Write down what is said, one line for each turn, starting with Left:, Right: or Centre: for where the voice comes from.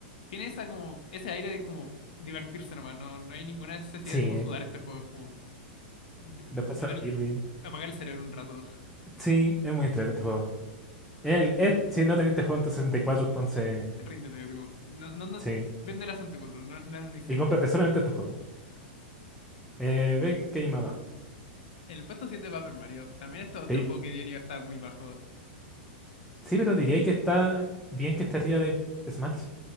Left: tiene esa como, ese aire de como divertirse nomás, no, no hay ninguna necesidad
Centre: Sí,
Left: de como sudar este juego, es como de-
Centre: después
Left: tratar
Centre: a Kirby.
Left: apagar el cerebro un rato.
Centre: Sí, es muy entretenido este juego. El, es- si no teniste juego en tu 64, entonces
Left: Ríndete, así como, no, no, no,
Centre: sí.
Left: vende la 64, no, no lo necesito
Centre: Y cómprate
Left: ahí.
Centre: solamente este juego. Eh, ve que hay más abajo.
Left: En el puesto siete va Paper Mario, también esto es otro
Centre: Pe-
Left: juego que diría está muy bajo.
Centre: Sí, pero diría que está bien que esté arriba de Smash.